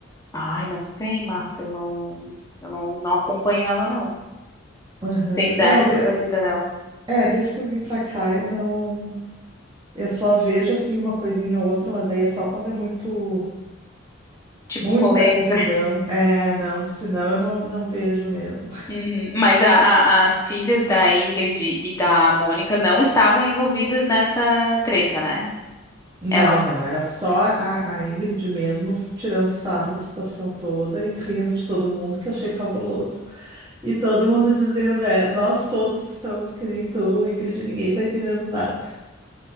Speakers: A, on the left; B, on the right.
A: Ai, não sei, Marta, eu não, eu não, não acompanho ela, não.
B: Aham.
A: Sei zero
B: Não, eu-
A: sobre a vida dela.
B: é, desde que eu vim pra cá, eu não. Eu só vejo, assim, uma coisinha ou outra, mas daí é só quando é muito.
A: Tipo,
B: Muita
A: polêmica.
B: confusão.
A: <laughs>
B: É, não, senão eu não, não vejo mesmo.
A: Uhum. Mas a- a- as filhas da Ingrid e da Mônica não estavam envolvidas nessa treta, né?
B: Não,
A: Ela...
B: não, era só a, a Ingrid mesmo tirando sarro da situação toda e rindo de todo mundo, que eu achei fabuloso. E todo mundo dizendo, é, nós todos estamos que nem tu, Ingrid, ninguém tá entendendo nada.